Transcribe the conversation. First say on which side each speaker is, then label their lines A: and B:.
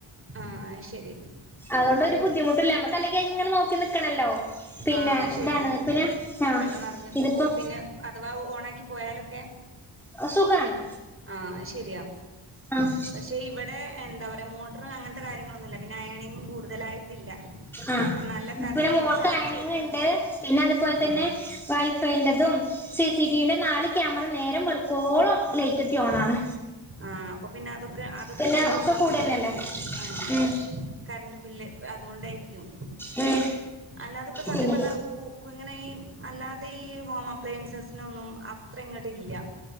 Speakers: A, on the right; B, in the centre.
A: ആഹ് അത് ശരി
B: അതോണ്ടൊര്
A: അപ്പം
B: ബുദ്ധിമുട്ടുല്ല നമ്മക്ക് അല്ലെങ്കി അത്ങ്ങനെ നോക്കി നിക്കണല്ലോ പിന്നെ
A: ആ ശരിയാ
B: ഇതാണ് പിന്നെ ആഹ്
A: വെള്ളം നെറഞ്ഞ്
B: ഇതിപ്പോ
A: ഓഹ് പിന്നെ അഥവാ ഓണാക്കി പോയാലൊക്കെ
B: അത് സുഖാണ്
A: ആഹ് അത് ശരിയാ
B: ആഹ്
A: പക്ഷെ ഇവട് ടെ എന്താ പറയാ മോട്ടറും അങ്ങനത്തെ കാര്യങ്ങളൊന്നും ഇല്ല പിന്നെ അയണിങ്ങും കൂടുതലായിട്ടില്ല
B: ആഹ്
A: നല്ല കറണ്ട്
B: ഇപ്പളും
A: ബില്ല്
B: മോൾക്ക്
A: ചാർജ്
B: അങ്ങനന്നെ
A: തന്നെ
B: ഇണ്ട് പിന്നെ അതുപോൽ
A: ആ
B: തന്നെ <unintelligible> ണ്ടതും സി സി ടി വിന്റെ നാല് ക്യാമറ നേരം വെളുക്കുവോളം ലേറ്റത്തി ഓണാണ്
A: ആഹ് അപ്പൊ പിന്നെ അതൊക്കെ അതൊക്കെ
B: പിന്നെ
A: ഉണ്ടായിട്ടായിരിക്കും
B: ഒക്കെ
A: അത്രയും
B: കൂടെന്നെല്ലേ
A: കരണ്ട് ബില്ല് ആഹ്
B: ഉം
A: കറണ്ട് ബില്ല് അതുകൊണ്ടായിരിക്കും
B: ഉം
A: അല്ലാതെ ഇപ്പ സത്യം
B: പിന്നെ
A: പറഞ്ഞാ കു കുങ്ങനെ ഈ അല്ലാതെ ഈ ഹോം അപ്ലയൻസസിനൊന്നും അത്ര ഇങ്ങോട്ട് ഇല്ല